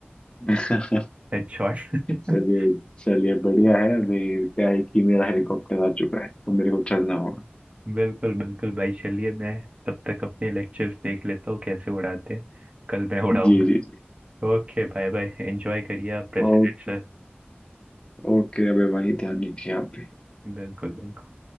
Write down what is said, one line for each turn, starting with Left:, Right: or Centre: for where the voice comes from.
Left: <laughs>
Right: हेडशॉट <laughs>
Left: चलिए चलिए बढ़िया है अभी क्या है कि मेरा हेलीकॉप्टर आ चुका है तो मेरे को चलना होगा
Right: बिल्कुल बिल्कुल भाई चलिए मैं तब तक अपने लेक्चर्स देख लेता हूँ कैसे उड़ाते हैं कल मैं उड़ाऊंगा
Left: जी जी जी
Right: ओके बाय बाय एंजॉय करिए आप प्रेसिडेंट
Left: ओके
Right: सर
Left: ओके अबे भाई ध्यान रखिए आप भी
Right: बिल्कुल बिल्कुल